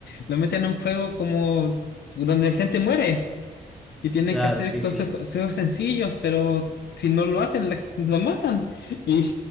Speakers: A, on the left; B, in the centre.
A: lo meten a un juego como donde gente muere y tiene
B: Claro,
A: que hacer
B: sí,
A: cosas,
B: sí,
A: juegos sencillos, pero si no lo hacen, la- lo matan. Y,